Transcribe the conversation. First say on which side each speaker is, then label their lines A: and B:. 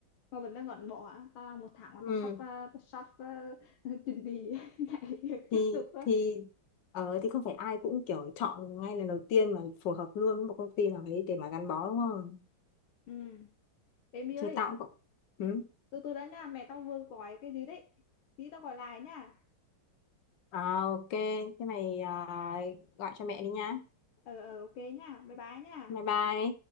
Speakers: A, on the left (about 80°); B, on the left (about 65°).
A: mà vẫn đang ngẩn bỏ hả tao làm một tháng mà
B: ừ.
A: tao sắp ờ, tao sắp ờ, <laughs> chuẩn bị <laughs> nhảy việc
B: thì
A: tiếp tục rồi
B: thì ờ, thì không phải ai cũng kiểu chọn ngay lần đầu tiên mà phù hợp luôn với một công ty nào đấy để mà gắn bó đúng không
A: ừ em ơi
B: thì tao cũng ừ.
A: từ từ đã nha mẹ tao vừa gọi cái gì đấy tí tao gọi lại nha
B: à, ok thế mày à, gọi cho mẹ đi nha
A: ờ ờ ok nha bye bye nha
B: bye bye